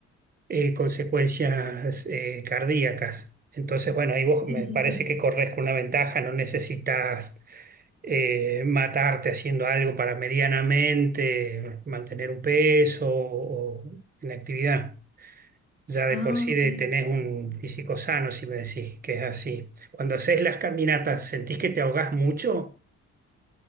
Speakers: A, on the right; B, on the left.
A: eh, consecuencias eh, cardíacas. Entonces, bueno, ahí vos
B: Sí,
A: me
B: sí,
A: parece
B: sí.
A: que corres con una ventaja, no necesitas eh, matarte haciendo algo para medianamente mantener un peso o o en actividad. Ya de
B: Ah,
A: por sí
B: ok.
A: de, tenés un físico sano, si me decís que es así. Cuando haces las caminatas, ¿sentís que te ahogás mucho?